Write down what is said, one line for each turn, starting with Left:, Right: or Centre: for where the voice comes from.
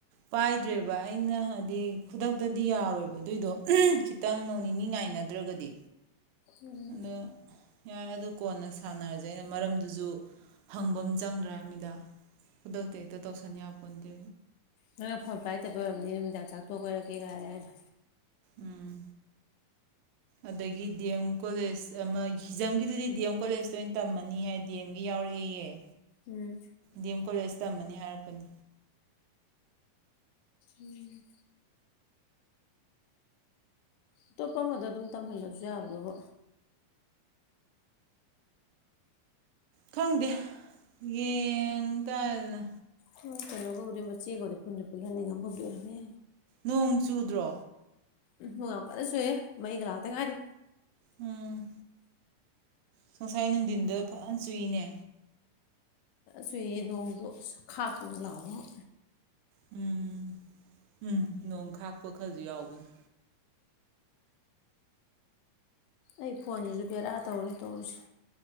Right: ꯄꯥꯏꯗ꯭ꯔꯦꯕ ꯑꯩꯅ ꯍꯥꯏꯗꯤ ꯈꯨꯗꯛꯇꯗꯤ ꯌꯥꯔꯣꯏꯕ ꯑꯗꯨꯏꯗꯣ ꯈꯤꯇꯪ ꯅꯣꯡ ꯅꯤꯅꯤ ꯉꯥꯏꯅꯗ꯭ꯔꯒꯗꯤ
Left: ꯎ
Right: ꯑꯗꯣ ꯌꯥꯔꯦ ꯑꯗꯨ ꯀꯣꯟꯅ ꯁꯥꯟꯅꯔꯁꯦ ꯑꯩꯅ ꯃꯔꯝꯗꯨꯁꯨ ꯍꯪꯕ ꯑꯃ ꯆꯪꯗ꯭ꯔꯥ ꯃꯤꯗꯥ ꯈꯨꯗꯛꯇ ꯍꯦꯛꯇ ꯇꯧꯁꯟ ꯌꯥꯄꯣꯟꯠꯇꯦ
Left: ꯅꯪꯅ ꯐꯣꯟ ꯄ꯭ꯔꯥꯏꯠꯇꯕ ꯑꯣꯏꯔꯔꯕꯝꯅꯤ ꯅꯨꯃꯤꯗꯥꯡ ꯆꯥꯛꯊꯣꯛ ꯀꯣꯏꯔꯛꯀꯦ ꯀꯥꯏꯔꯦ ꯍꯥꯏꯗꯣ
Right: ꯎꯝ ꯑꯗꯒꯤ ꯗꯤ ꯑꯦꯝ ꯀꯣꯂꯦꯖ ꯑꯃ ꯍꯤꯖꯝꯒꯤꯗꯨꯗꯤ ꯗꯤ ꯑꯦꯝ ꯀꯣꯂꯦꯖꯇ ꯑꯣꯏꯅ ꯇꯝꯃꯅꯤ ꯍꯥꯏ ꯗꯤ ꯑꯦꯝꯒꯤ ꯌꯥꯎꯔꯛꯑꯦꯌꯦꯦ
Left: ꯎꯝ
Right: ꯗꯤꯦꯝ ꯀꯣꯂꯦꯖ ꯇꯝꯃꯅꯤ ꯍꯥꯏꯔꯛꯄꯅꯤ
Left: ꯎꯝ ꯑꯇꯣꯞꯄ ꯑꯃꯗ ꯑꯗꯨꯝ ꯇꯝꯍꯜꯂꯁꯨ ꯌꯥꯕꯗꯕ
Right: ꯈꯪꯗꯦ ꯌꯦꯡ ꯇꯥꯗꯅ
Left: ꯁꯣꯏ ꯀꯩꯅꯣꯒꯧꯗꯤ ꯃꯆꯦꯒꯧꯗꯤꯦ ꯄꯨꯟꯗꯤ ꯄꯨꯛꯍꯟꯅꯤꯡꯉꯕ ꯐꯥꯎꯗꯤꯔꯝꯃꯦ
Right: ꯅꯣꯡ ꯆꯨꯗ꯭ꯔꯣ
Left: ꯎꯝ ꯌꯥꯝ ꯀꯟꯅ ꯁꯨꯑꯦ ꯃꯩꯒ ꯂꯥꯛꯇ ꯉꯥꯏꯔꯤꯦ
Right: ꯎꯝ ꯉꯨꯡꯁꯥꯏ ꯅꯨꯡꯊꯤꯟꯗ ꯐꯖꯅ ꯆꯨꯏꯅꯦ
Left: ꯁ ꯅꯣꯡꯗꯣ ꯈꯥ ꯀ ꯂꯥꯎꯑꯣꯣ
Right: ꯎꯝ ꯎꯝ ꯅꯣꯡ ꯈꯥꯛꯄ ꯈꯔꯁꯨ ꯌꯥꯎꯕꯅꯤ
Left: ꯑꯩ ꯐꯣꯟꯁꯤꯁꯨ ꯕꯦꯔꯥ ꯇꯧꯔꯦ ꯇꯧꯔꯤꯁꯤꯦ